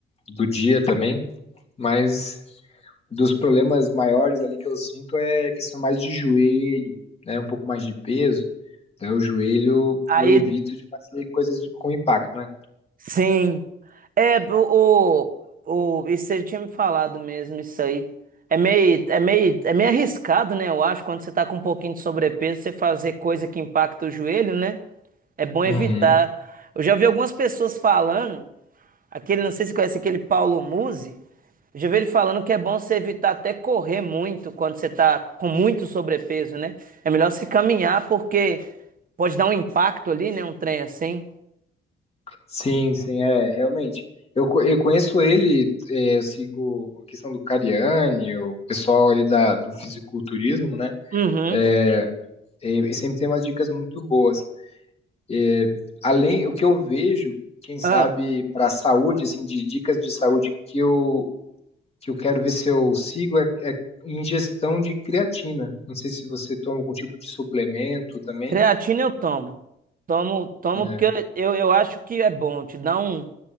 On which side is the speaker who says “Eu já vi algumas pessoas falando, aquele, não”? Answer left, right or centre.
Right